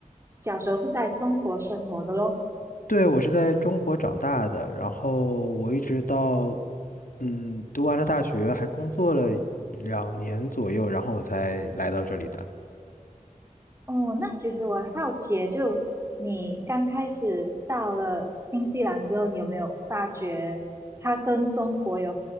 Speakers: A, on the right; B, on the left.
A: 小时候是在中国生活的咯。
B: 对，我是在中国长大的，然后我一直到嗯读完了大学，还工作了两年左右，然后我才来到这里的。
A: 哦，那其实我很好奇耶就你刚开始到了新西兰之后，你有没有发觉它跟中国有